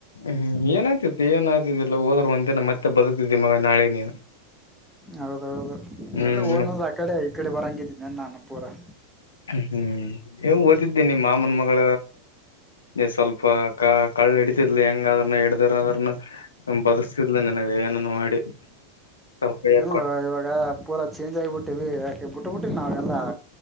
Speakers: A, on the left; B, in the centre.
A: ಹ್ಮ್ ಏನ ಆಗ್ತಿತ್ತು ಏನ್ ಆ್ತಲ್ಲಾ ಹೋದ್ರು ಒಂದ ದಿನ ಮತ್ತೆ ಬದುಕತಿದಿ ಮಗ ನಾಳಿಗಿ ನೀ
B: ಹೌದೌದು
A: ಹ್ಮ್
B: ಎಲ್ಲ ಓದಂದ್ರ
A: ಮತ್
B: ಆ ಕಡೆ ಈ ಕಡೆ ಬರಂಗಿದ್ದೀನಿ ನಾನು ಪೂರಾ
A: ಹ್ಮ್ ಓದತಿದ್ದೀ ಮಾಮನ ಮಗಳ ಸ್ವಲ್ಪ ಕ ಕಳ್ಳ ಹಿಡಿತಿದ್ಲಿ ಹೆಂಗ ಅದನ್ನ ಇದರ ಅದ್ರನ್ನ ಬದಕಸ್ತಿದ್ಲ ನಿನಗ ಏನನ್ನ ಮಾಡಿ ಸ್ವಲ್ಪ ಕೈಯಾಗ
B: ಇಲ್ಲ
A: ಕೊಟ್ಟ
B: ಇವಾಗ ಪೂರಾ ಚೇಂಜ್ ಆಗಬಿಟ್ಟಿವಿ ಬಿಟ್ಟ ಬಿಟ್ಟಿ ನಾವೆಲ್ಲ